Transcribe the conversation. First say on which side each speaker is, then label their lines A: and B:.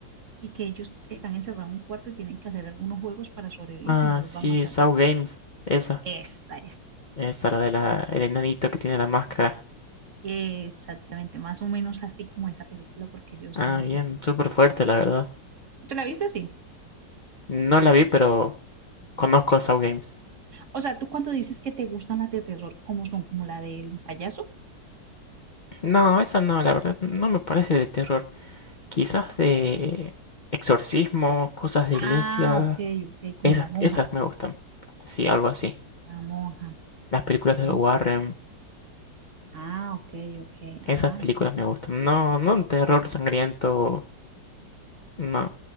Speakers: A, on the right; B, on the left.
A: y que ellos están encerrados en un cuarto y tienen que hacer algunos juegos para sobrevivir
B: Ah,
A: si no los
B: sí,
A: van matando.
B: Saw Games, esa.
A: Esa es,
B: Esa, la de la, el enanito que tiene la máscara.
A: exactamente, más o menos así como esa película, porque yo sí.
B: Ah, bien, súper fuerte, la verdad.
A: ¿Tú ¿Te la viste así?
B: No la vi, pero conozco a Saw Games.
A: O sea, ¿tú cuando dices que te gustan las de terror, cómo son? ¿Como la del payaso?
B: No, esa no, la verdad, no me parece de terror. Quizás de exorcismos, cosas de
A: Ah,
B: iglesia.
A: ok, ok, como
B: Esas,
A: la monja.
B: esas me gustan. Sí, algo así.
A: La monja.
B: Las películas
A: Ujú.
B: de Warren,
A: Ah, ok, ok.
B: esas
A: Ah,
B: películas me gustan. No, no un terror sangriento. No.